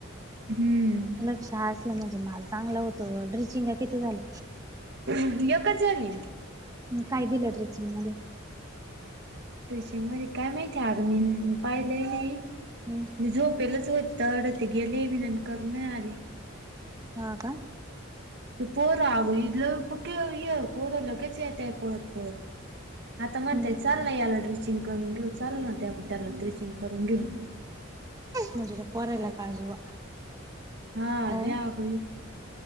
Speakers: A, on the right (about 55°); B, on the right (about 15°).
A: हम्म
B: लक्ष असलं म्हणजे माल चांगलं होतो ओ, ड्रिचिंग किती झाली?
A: हं एकच झाली.
B: काय दिलं ट्रेचिंग मध्ये?
A: ट्रेचिंगमध्ये काय माहिती आगं मी पाहिलेही नाही.
B: हम्
A: मी झोपेलच होत तड ते गेली बीन अन करून मिळाले.
B: हां का.
A: ते पोरं अगं ही इलं लय पक्के पोरं लगेच येत आहे पळत पळत. आता म्हणतंय
B: हम्
A: चाललंय याला ड्रेचिंग करून घेऊ, चाल ना त्या त्याला ड्रेचिंग करून घेऊन. <unintelligible>
B: म्हणजे त्या पोरायला का जीवा
A: हा
B: अ
A: लय अगं ही